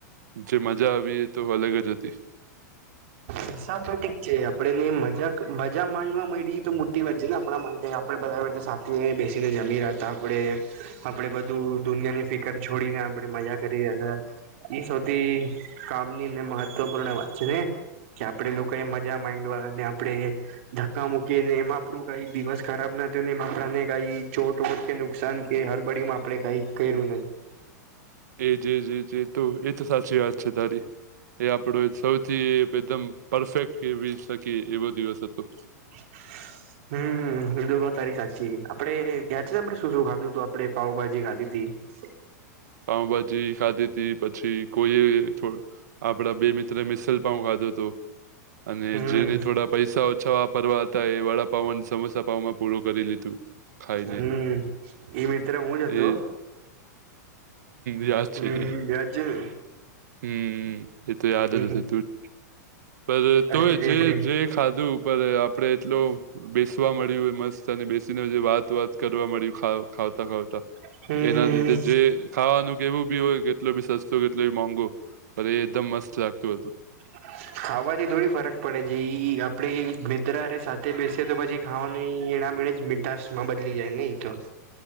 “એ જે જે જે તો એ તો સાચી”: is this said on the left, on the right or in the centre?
Right